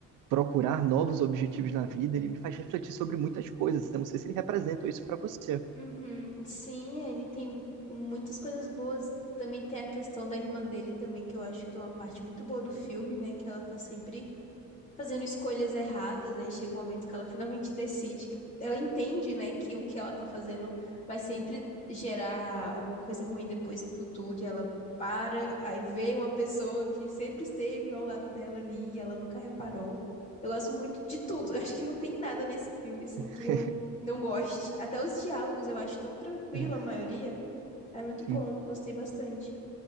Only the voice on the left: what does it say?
Uhum. Sim, ele tem muitas coisas boas. Também tem a questão da irmã dele também, que eu acho que é uma parte muito boa do filme, né? Que ela tá sempre fazendo escolhas erradas. Aí chega um momento que ela finalmente decide, que ela entende, né, que o que ela tá fazendo vai sempre gerar alguma coisa ruim depois no futuro. E ela para, aí vê uma pessoa que sempre esteve ao lado dela ali e ela nunca reparou. Eu gosto muito de tudo. <laughs> Eu acho que não tem nada nesse filme, assim,
que eu não goste. Até os diálogos eu acho tão tranquila,
a maioria. É muito
bom, gostei bastante.